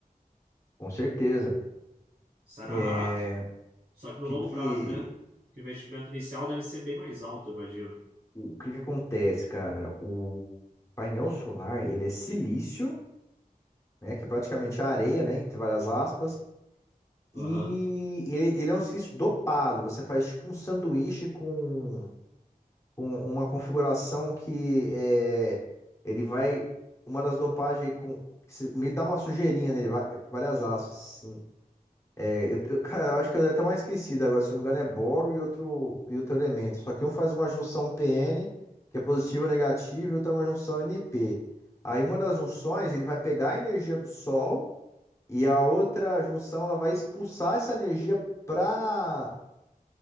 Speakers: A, on the left; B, on the right.
A: Com certeza.
B: Sai mais
A: É,
B: barato?
A: o
B: Só que no
A: que
B: longo
A: que,
B: prazo, né? Que o investimento inicial deve ser bem mais alto, eu imagino.
A: o que que acontece, cara? O painel solar, ele é silício, né, que é praticamente a areia, né, entre várias aspas,
B: Aham,
A: e ele, ele é um silício dopado. Você faz tipo um sanduíche com com uma configuração que é, ele vai. Uma das dopagens com. se- Me dá uma sujeirinha nele, vai- várias asas, assim. É, eu, eu- <laughs> cara, eu acho que eu dei até uma esquecida agora, se não me engano, é boro e outro, e outro elemento. Só que um faz uma junção PN, que é positivo ou negativo, e outra é uma junção NP. Aí uma das junções, ele vai pegar a energia do Sol, e a outra junção, ela vai expulsar essa energia para